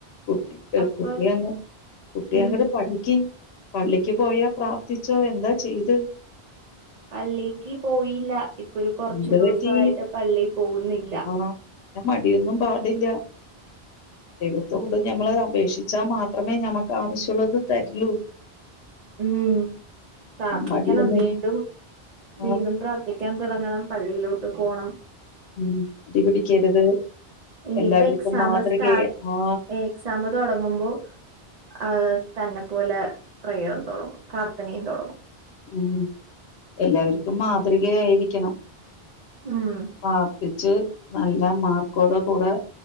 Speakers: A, on the left; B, on the right.
A: കുട്ടി
B: അപ്പൊ
A: കുട്ടി ആണ് കുട്ടി
B: ഉം
A: അങ്ങട് പഠിക്ക് പള്ളിക്ക് പോയ പ്രാർത്ഥിച്ചോ എന്താ ചെയ്ത്
B: പല്ലീക്ക് പോയില്ല ഇപ്പൊ ഒരു കുറച്ച്
A: എന്ത്
B: ദുവസായിട്ട്
A: പറ്റി
B: പള്ളി പോകുന്നില്ല
A: ആ പിന്നെ മടിയൊന്നും പാടില്ല ദൈവത്തോട് ഞമ്മള് അപേക്ഷിച്ചാൽ മാത്രമേ ഞമ്മക്ക് ആവശ്യൊള്ളത് തര്ലൂ
B: ഉം പ്രാർത്ഥിക്കണം
A: മടിയൊന്നും
B: വീണ്ടും വീണ്ടും
A: ആ
B: പ്രാർത്ഥിക്കാൻ തുടങ്ങണം പള്ളിയിലോട്ട് പോണം
A: ഉം മടി പിടിക്കരുത്
B: ഇനിയിപ്പ
A: എല്ലാവർക്കും
B: എക്സാമ്
A: മാതൃകയെ
B: സ്റ്റാർ
A: ആ
B: എക്സാമ് തൊടങ്ങുമ്പോ ആ തന്നെ പോലെ പ്രയർ തുടങ്ങും പ്രാർത്ഥനേയും തുടങ്ങും
A: ഉം എല്ലാവർക്കും മാതൃകയായിരിക്കണം
B: ഉം
A: ആഹ് ടിച്ചു നല്ല മാർക്കോടെ കൂടെ